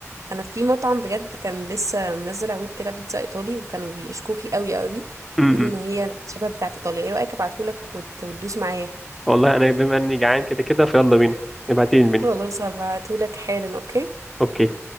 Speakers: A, on the right; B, in the centre.
A: انا في مطعم بجد كان لسه منزل عروض كده بيتزا ايطالي وكانوا بيشكوا فيه قوي قوي
B: امم
A: بيقولوا
B: إمم.
A: ان هي شبه بتاعه ايطاليا ايه رايك ابعتهولك وت- وتدوس معايا
B: والله انا بما اني جعان كده كده فيلا بينا ابعتيلي المنيو
A: خلاص هبعتهولك حالا اوكي
B: اوكي